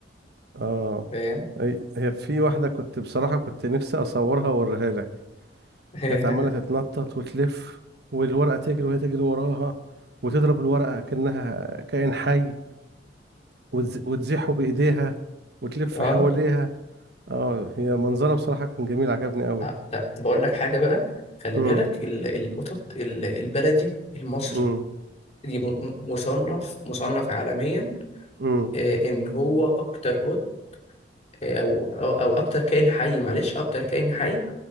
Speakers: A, on the right (about 65°); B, on the left (about 40°).
A: اه
B: فاهم
A: أي- هي في واحدة كنت بصراحة كنت نفسي أصورها وأوريها لك
B: <laughs>
A: كانت عمالة تتنطط وتلف والورقة تجري وهي تجري وراها وتضرب الورقة كأنها كائن حي وتز- وتزيحه بإيديها وتلف
B: اه
A: حواليها اه هي منظرها بصراحة كان جميل عجبني قوي
B: آه، لا طب اقول لك حاجه بقى خلي
A: امم
B: بالك ال- القطط ال- البلدي المصري
A: امم
B: دي م- مصنف مصنف عالميا
A: امم
B: آه، ان هو اكتر قط آه، او او أو اكتر كائن حي معلش اكتر كائن حي